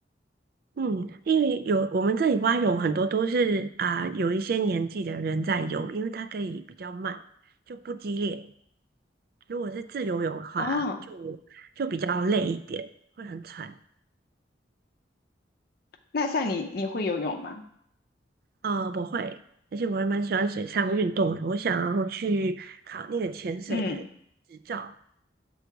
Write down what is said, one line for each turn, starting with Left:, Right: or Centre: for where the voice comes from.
Right: 嗯，因为有我们这里蛙泳很多都是啊、有一些年纪的人在游，因为它可以比较慢，就不激烈。如果是自由泳的话，
Left: 啊，
Right: 就就比较累一点，会很喘。
Left: 那像你你会游泳吗？
Right: 啊，不会，而且我还蛮喜欢水上运动的，我想要去考那个潜水的
Left: 嗯
Right: 执照，